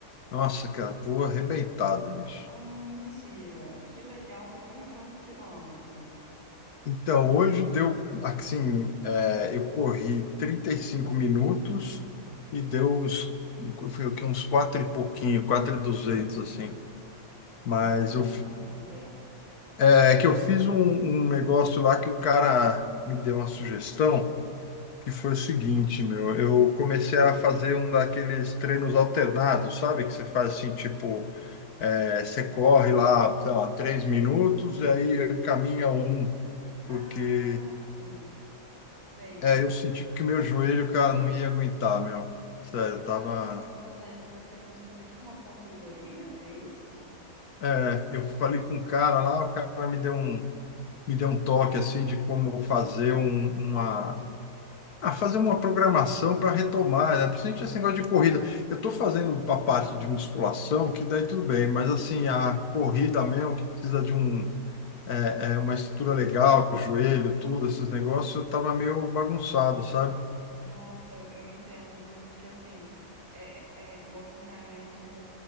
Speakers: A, on the left; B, on the right.
A: Nossa, cara, tô arrebentado, bicho.
B: Ah, mentira! Que legal! Você correu quantos quilômetros?
A: Então, hoje deu, assim, é, eu corri 35 minutos e deu uns, foi o quê? Uns quatro e pouquinho, quatro e duzentos, assim. Mas
B: Nó, que
A: eu,
B: maravilha!
A: é que eu fiz um um negócio lá que o cara me deu uma sugestão. que foi o seguinte, meu, eu comecei a fazer um daqueles treinos alternados, sabe? Que você faz assim, tipo, é, você corre lá, sei lá, três minutos, e aí caminha um,
B: Ah,
A: porque
B: sim, sei.
A: é, eu senti que o meu joelho, cara, não ia aguentar, meu. Sério,
B: Você
A: eu tava.
B: tá, você tava fazendo, você começou a fazer tipo uma consultoria, é isso?
A: é, eu falei com um cara lá, o cara me deu um, me deu um toque assim de como fazer um- uma Ah, fazer uma programação para retomar, né? Principalmente esse negócio de corrida. Eu estou fazendo a parte de musculação, que daí tudo bem, mas assim, a corrida mesmo, que precisa de um, é, é, uma estrutura legal, joelho, tudo, esses negócios, eu estava meio bagunçado, sabe?
B: Nossa, eu eu entendo, viu? Porque assim, é, é, o acompanhamento